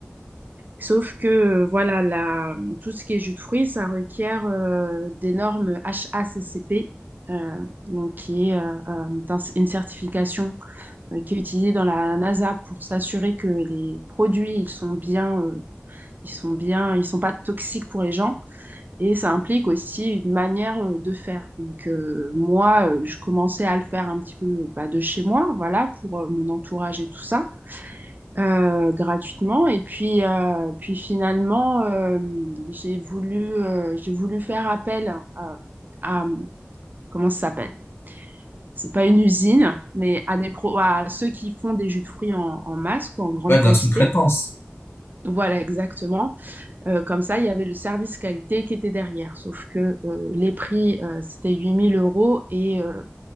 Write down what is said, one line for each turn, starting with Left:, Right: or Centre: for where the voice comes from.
Right: Sauf que euh, voilà, la, tout ce qui est jus de fruits, ça requiert euh, des normes HACCP, euh, donc qui est euh, euh, un- une certification euh, qui est utilisée dans la NASA pour s'assurer que les produits ils sont bien, euh, ils sont bien, ils sont pas toxiques pour les gens. Et ça implique aussi une manière euh, de faire. Donc euh, moi, euh, je commençais à le faire un petit peu bah, de chez moi, voilà, pour euh, mon entourage et tout ça, euh, gratuitement. Et puis, euh, puis finalement, euh, j'ai voulu, euh, j'ai voulu faire appel à, à- comment ça s'appelle? C'est pas une usine, mais à des pro à ceux qui font des jus de fruits en, en masse, quoi, en grande
Left: Ouais,
Right: quantité.
Left: de la sous-traitance.
Right: Voilà, exactement. Euh, comme ça, il y avait le service qualité qui était derrière. Sauf que euh, les prix, euh, c'était huit mille euros et euh,